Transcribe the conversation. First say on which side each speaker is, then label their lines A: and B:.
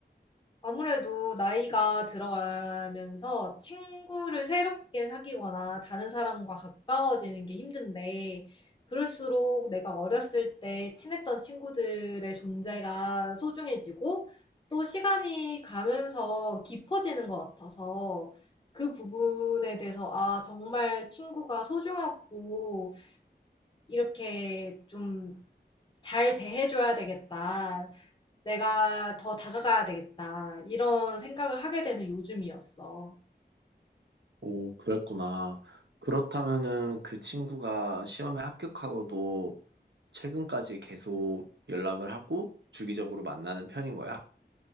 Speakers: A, on the left (about 25°); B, on the right (about 85°).
A: 아무래도 나이가 들어가면서 친구를 새롭게 사귀거나 다른 사람과 가까워지는 게 힘든데, 그럴수록 내가 어렸을 때 친했던 친구들의 존재가 소중해지고, 또 시간이 가면서 깊어지는 것 같아서, 그 부분에 대해서, 아, 정말 친구가 소중하고, 이렇게 좀 잘 대해줘야 되겠다. '내가 더 다가가야 되겠다.' 이런 생각을 하게 되는 요즘이었어.
B: 오, 그랬구나. 그렇다면은 그 친구가 시험에 합격하고도 최근까지 계속 연락을 하고 주기적으로 만나는 편인 거야?